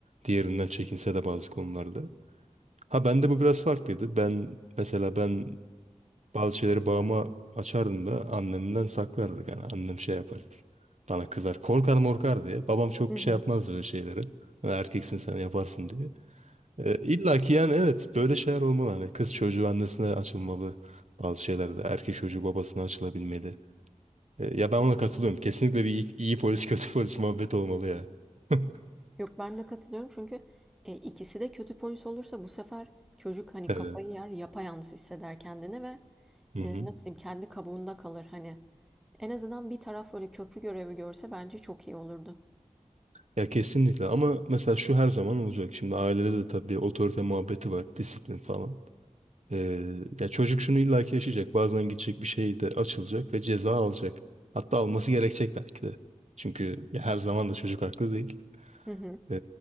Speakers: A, on the right; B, in the centre.
A: Diğerinden çekinse de bazı konularda. Ha bende bu biraz farklıydı. Ben mesela ben Bazı şeyleri babama açardım da annemden saklardık. Yani annem şey yapar. Bana kızar. Korkar morkar diye. Babam çok
B: Hı hı.
A: şey yapmaz böyle şeyleri. Hani Erkeksin sen yaparsın diye. Ee, illa ki yani evet böyle şeyler olmalı. Hani kız çocuğu annesine açılmalı. Bazı şeylerde erkek çocuğu babasına açılabilmeli. Ee, ya ben ona katılıyorum. Kesinlikle bir iyi, iyi polis <laughs> kötü polis muhabbet olmalı ya. <laughs>
B: Yok, ben de katılıyorum çünkü, eee, ikisi de kötü polis olursa bu sefer çocuk, hani,
A: Evet.
B: kafayı yer, yapayalnız hisseder kendini ve,
A: Hı hı.
B: eee, nasıl diyeyim, kendi kabuğunda kalır, hani. En azından bir taraf böyle köprü görevi görse bence çok iyi olurdu.
A: Ya kesinlikle ama mesela şu her zaman olacak. Şimdi ailede de tabii otorite muhabbeti var, disiplin falan. Ee, ya çocuk şunu illaki yaşayacak. Bazen gidecek bir şey de açılacak ve ceza alacak. Hatta alması gerekecek belki de. Çünkü ya her zaman da çocuk haklı değil.
B: Hı hı.
A: Ee,